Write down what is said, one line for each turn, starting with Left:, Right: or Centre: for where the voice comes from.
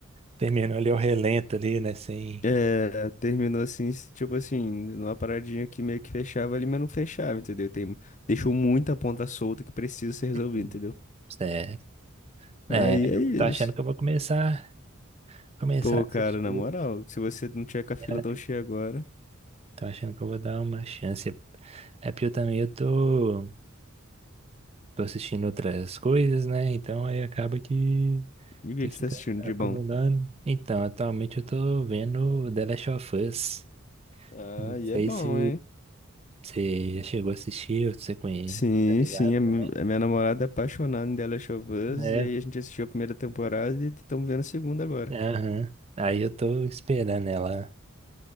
Right: Terminou ali o relento ali, né? Sem.
Left: É, terminou assim, s- tipo assim, numa paradinha que meio que fechava ali, mas não fechava, entendeu? Tem, deixou muita ponta solta que precisa ser resolvida,
Right: Hum.
Left: entendeu?
Right: Certo. É,
Left: Aí é
Right: eu
Left: isso.
Right: tô achando que eu vou começar, começar
Left: Pô,
Right: a assistir.
Left: cara, na moral, se você não tiver com a fila
Right: terapia.
Left: tão cheia agora,
Right: Tô achando que eu vou dar uma chance. É porque eu também eu tô, tô assistindo outras coisas, né? Então aí acaba que
Left: e o que
Right: você
Left: que
Right: fica
Left: você tá assistindo
Right: acumulando.
Left: de bom?
Right: Então, atualmente eu tô vendo The Last of Us.
Left: Ah,
Right: Não
Left: e
Right: sei
Left: é bom,
Right: se
Left: hein?
Right: você já chegou a assistir ou se você conhece,
Left: Sim,
Right: tá ligado
Left: sim, a mi-
Right: também?
Left: a minha namorada é apaixonada em The Last of Us,
Right: É,
Left: e aí a gente assistiu a primeira temporada e estamos vendo a segunda agora.
Right: aham. Aí eu tô esperando ela.